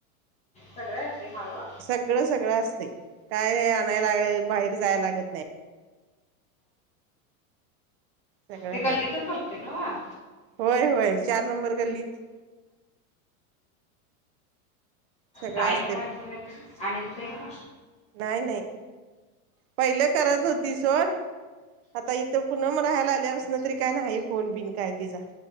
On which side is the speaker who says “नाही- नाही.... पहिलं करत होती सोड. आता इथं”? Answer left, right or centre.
Right